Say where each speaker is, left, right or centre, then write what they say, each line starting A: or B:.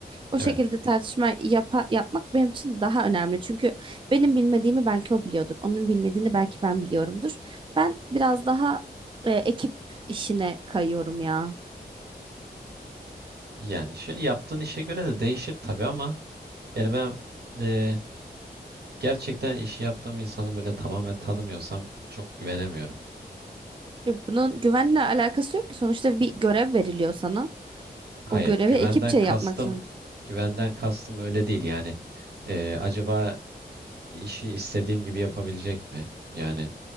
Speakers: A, on the right; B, on the right.
A: O
B: Evet.
A: şekilde tartışma yapa- yapmak benim için daha önemli. Çünkü benim bilmediğimi belki o biliyordur. Onun bilmediğini belki ben biliyorumdur. Ben biraz daha e, ekip işine kayıyorum ya.
B: Yani şöyle yaptığın işe göre de değişir tabii ama yani ben e, gerçekten işi yaptığım insanı böyle tamamen tanımıyorsam çok güvenemiyorum.
A: Ya Bunun güvenle alakası yok ki. Sonuçta bir görev veriliyor sana.
B: Hayır,
A: O görevi
B: güvenden
A: ekipçe
B: kastım
A: yapmak zorundasın.
B: güvenden kastım öyle değil yani. E, acaba işi istediğim gibi yapabilecek mi? Yani